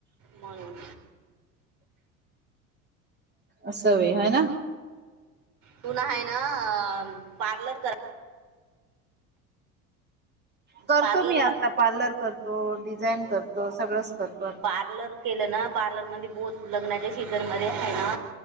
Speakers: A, on the right; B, on the right.
A: म्हणून
B: असं होय हाय ना
A: तूला आहे ना पार्लर कर
B: करतो,
A: पार्लर
B: मी
A: वा
B: आता पार्लर करतो, डिझाईन करतो, सगळंच करतो आता.
A: पार्लर केलं ना, पार्लरमध्ये आता लग्नाचा सीझन आहे ना